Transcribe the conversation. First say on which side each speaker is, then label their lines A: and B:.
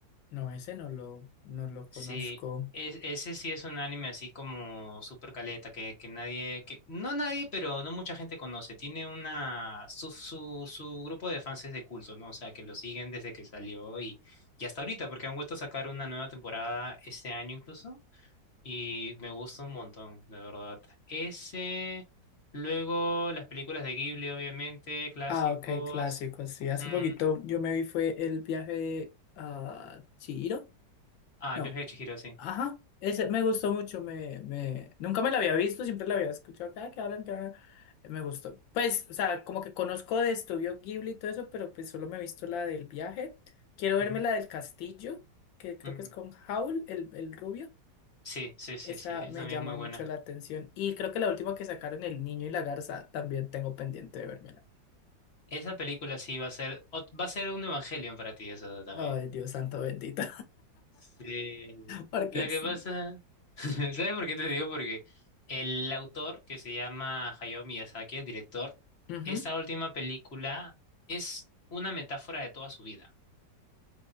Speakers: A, on the left; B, on the left.
A: no, ese no lo, no lo conozco.
B: Sí, es, ese sí es un anime así como super caleta, que, que nadie, que no nadie, pero no mucha gente conoce. Tiene una, su, su, su grupo de fans es de culto, ¿no? O sea, que lo siguen desde que salió y, y hasta ahorita, porque han vuelto a sacar una nueva temporada este año incluso, y me gusta un montón, de verdad. Ese, luego las películas de Ghibli, obviamente, clásicos.
A: Ah, ok, clásico, sí. Hace
B: Mm,
A: poquito yo me vi fue el viaje a Chihiro.
B: ah,
A: No.
B: El viaje de Chihiro, sí.
A: Ajá. Ese me gustó mucho. Me, me... Nunca me la había visto, siempre la había escuchado. Cada que hablan, que hablan. Me gustó. Pues, o sea, como que conozco de Estudio Ghibli y todo eso, pero pues solo me he visto la del viaje. Quiero verme
B: Ujú.
A: la del castillo, que creo
B: Mm,
A: que es con Howl, el, el rubio.
B: sí, sí, sí,
A: Esa
B: sí, esa
A: me
B: también
A: llama
B: es muy buena.
A: mucho la atención. Y creo que la última que sacaron, El niño y la garza, también tengo pendiente de vérmela.
B: Esa película sí va a ser, ot- va a ser un Evangelion para ti, eso también.
A: Ay, Dios santo bendito.
B: Sí.
A: Porque
B: La
A: es...
B: que pasa, <laughs> ¿sabes por qué te digo? Porque el autor, que se llama Hayao Miyazaki, el director,
A: Ujú.
B: esta última película es una metáfora de toda su vida.